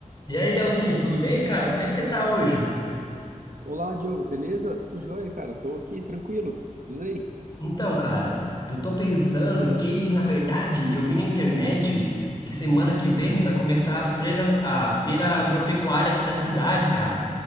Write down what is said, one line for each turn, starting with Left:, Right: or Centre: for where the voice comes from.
Left: E aí, Leozinho, tudo bem, cara? Como é que você tá hoje?
Right: Olá, Diogo, beleza? Tudo jóia, cara? Tô aqui tranquilo. Diz aí.
Left: Então, cara, eu tô pensando, eu fiquei, na verdade, eu vi na internet que semana que vem vai começar a feira, a feira agropecuária aqui da cidade, cara.